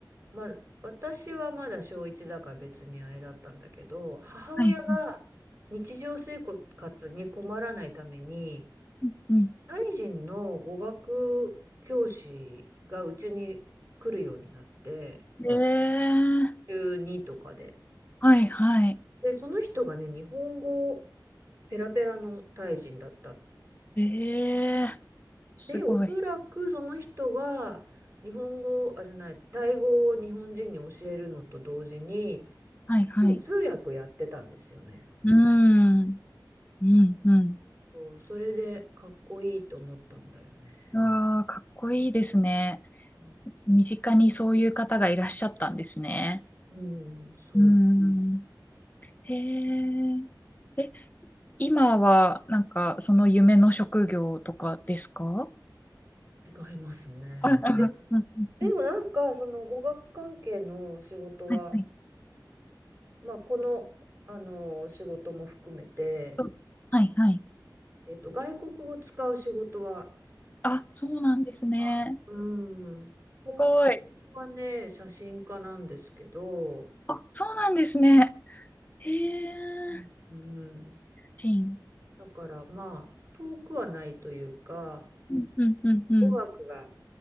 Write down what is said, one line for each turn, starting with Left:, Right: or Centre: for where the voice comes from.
Right: まあ、私はまだ小一だから別にあれだったんだけど、母親が
Left: はい。
Right: 日常生活に困らないために、
Left: うん。うん
Right: タイ人の語学教師がうちに来るようになって、
Left: えー、
Right: 中2とかで。
Left: はい、はい。
Right: で、その人がね、日本語ペラペラのタイ人だったの。
Left: えー、すごい。
Right: で、おそらくその人が日本語、あ、じゃない、タイ語を日本人に教えるのと同時に、
Left: はい、
Right: 多分通訳やってたんですよね。
Left: はい。うーん、うん、うん。
Right: そうそれでかっこいいと思ったんだよね。
Left: うわあ、かっこいいですね。
Right: うん、
Left: 身近にそういう方がいらっしゃったんですね。
Right: うんそ
Left: うーん。へえ。え、今は、なんか、その夢の職業とかですか
Right: う、違いますね。
Left: うんうんうんうん
Right: でもなんかその語学関係の仕事は、
Left: うんはいはい。
Right: まあ、この、あの仕事も含めて、
Left: そうはいはい。
Right: えっと、外国語使う仕事は、
Left: あ、そうなんですね。
Right: あうん、本業
Left: すごい。
Right: はね写真家なんですけど、
Left: あ、そうなんですね。へえ。
Right: うん、うん
Left: シン。
Right: だからまあ遠くはないというか
Left: うんうんうんうん。
Right: 語学が好